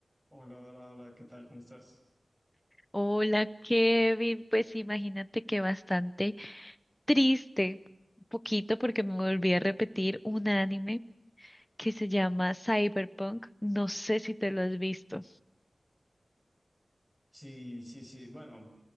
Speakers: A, in the centre; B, on the left.
A: Hola, hola, hola, ¿qué tal? ¿Cómo estás?
B: Hola Kevin, pues imagínate que bastante triste, un poquito porque me volví a repetir un anime que se llama Cyberpunk, no sé si te lo has visto,
A: Sí, sí, sí. Bueno,